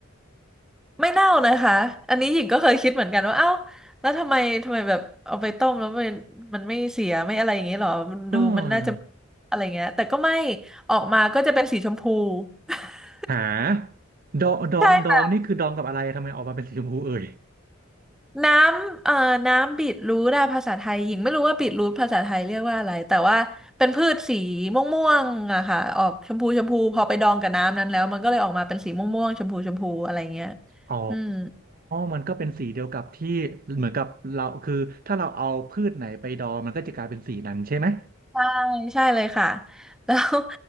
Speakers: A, in the centre; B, on the right.
A: <laughs> ไม่เน่านะคะอันนี้หญิงก็เคยคิดเหมือนกันว่าเอ้าแล้วทำไมทำไมแบบเอาไปต้มแล้วมันมันไม่เสียไม่อะไรอย่างเงี้ยหรอมันดูมันน่าจะ
B: เออ
A: อะไรเงี้ยแต่ก็ไม่ออกมาก็จะเป็นสีชมพู <laughs>
B: หาดองดองดองนี่คือดองกับอะไรทำไมออกมาเป็นสีชมพูเอ่ย
A: ใช่ค่ะ น้ำเอ่อน้ำบีทรูทอะภาษาไทยหญิงไม่รู้ว่าบีทรูทภาษาไทยเรียกว่าอะไรแต่ว่าเป็นพืชสีม่วงๆอะค่ะออกชมพูชมพูพอไปดองกับน้ำนั้นแล้วมันก็เลยออกมาเป็นสีม่วงๆชมพูชมพูอะไรเงี้ย
B: อ๋อ
A: อืม
B: มันก็เป็นสีเดียวกับที่เหมือนกับเราคือถ้าเราเอาพืชไหนไปดองมันก็จะกลายเป็นสีนั้นใช่ไหม
A: ใช่ใช่เลยค่ะ <laughs> แล้ว